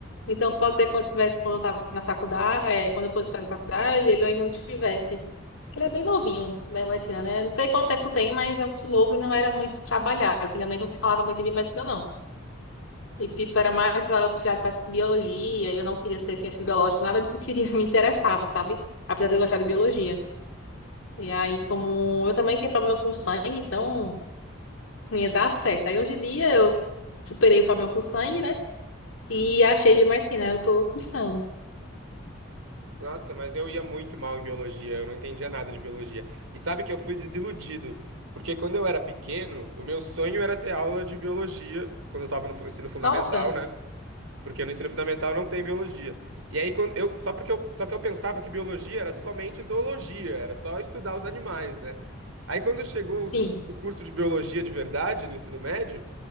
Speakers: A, on the left (about 75°); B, on the right (about 90°).
A: Então, pode ser que quando tivesse, quando eu estava na faculdade, eh, quando eu fosse fazer faculdade, ele ainda não tivesse. Porque Ele é bem novinho, biomedicina, né? Não sei quanto tempo tem, mas é um curso novo e não era muito trabalhado. Antigamente não se falava muito de biomedicina, não. E, tipo, era mais hora puxada para biologia, e eu não queria ser ciência biológica, nada disso eu queria, <laughs> me interessava, sabe? Apesar de eu gostar de biologia. E aí, como eu também tenho problema com sangue, então não ia dar certo. Aí, hoje em dia, eu superei o problema com sangue, né? E a Shave mais fina, eu tô custando.
B: Nossa, mas eu ia muito mal em biologia, eu não entendia nada de biologia. E sabe que eu fui desiludido, porque quando eu era pequeno, o meu sonho era ter aula de biologia, quando eu tava no fu- ensino fundamental,
A: Nossa,
B: né? Porque no ensino fundamental não tem biologia. E aí quando eu, só porque eu, só que eu pensava que biologia era somente zoologia, era só estudar os animais, né? Aí quando chegou
A: sim,
B: os- o curso de biologia de verdade no ensino médio,